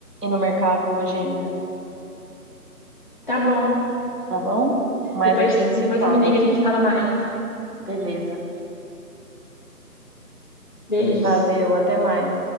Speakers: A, on the right; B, on the left.
A: no mercado hoje ainda,
B: Tá bom.
A: tá bom? Mas
B: Depois,
A: a gente
B: depois
A: se fala.
B: você me liga, e a gente fala mais.
A: Beleza.
B: Beijos.
A: Valeu, até mais.